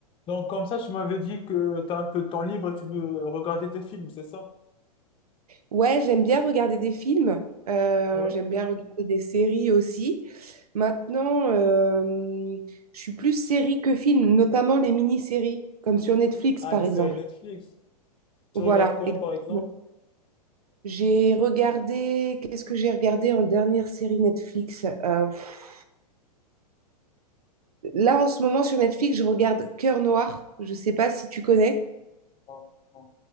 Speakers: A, on the left; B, on the right.
A: Donc, comme ça, tu m'avais dit que tu as un peu de temps libre et tu veux regarder tes films, c'est ça?
B: Ouais, j'aime bien regarder des films, euh,
A: Ouais.
B: j'aime bien regarder des séries aussi. Maintenant, euh, je suis plus série que film, notamment les mini-séries, comme sur Netflix
A: Ah,
B: par
A: les
B: exemple.
A: séries Netflix. Tu
B: Voilà,
A: regardes quoi,
B: exactement.
A: par exemple?
B: J'ai regardé, qu'est-ce que j'ai regardé en dernière série Netflix? Euh, pff, là, en ce moment, sur Netflix, je regarde Cœur Noir. Je ne sais pas si tu connais,
A: Ah, ah.